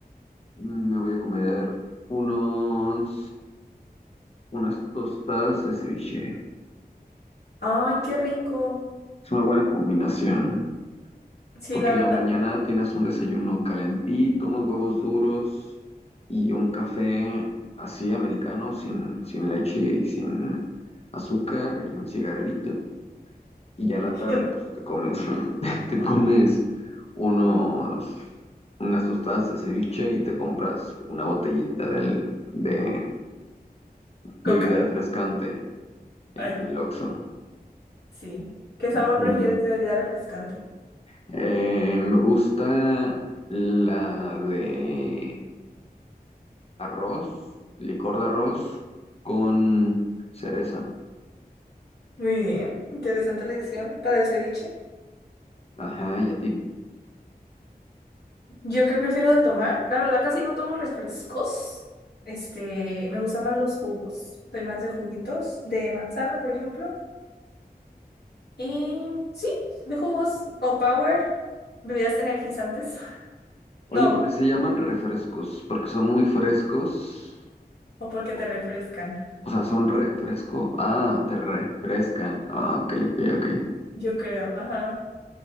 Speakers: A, on the left (about 40°); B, on the left (about 85°).
A: me voy a comer unos, unas tostadas de ceviche.
B: Ay, qué rico.
A: Es una buena combinación.
B: Sí,
A: porque
B: la verdad.
A: en la mañana tienes un desayuno calentito, unos huevos duros y un café así americano, sin, sin leche y sin azúcar y un cigarrito. Y ya en la tarde,
B: <laughs>
A: pues te comes, <laughs> te comes unos, unas tostadas de ceviche y te compras una botellita del- de bebida
B: Coca.
A: refrescante en
B: Ay,
A: el Oxxo.
B: sí. ¿Qué sabor
A: Mm.
B: prefieres de bebida refrescante?
A: Eh, me gusta la de Arroz, licor de arroz con cereza.
B: Muy bien, interesante elección para el ceviche.
A: Ajá, y a ti.
B: ¿Yo qué prefiero de tomar? La verdad casi no tomo refrescos. Este, me gustan más los jugos. Soy más de juguitos, de manzana, por ejemplo. Y sí, de jugos o power. ¿Bebidas energizantes? <laughs>
A: Oye,
B: No,
A: porque se llaman refrescos? Porque son muy frescos.
B: o porque
A: O,
B: te refrescan,
A: o sea, son refresco. Ah, te refrescan. Ah, ok, ok, ok.
B: yo creo, ajá,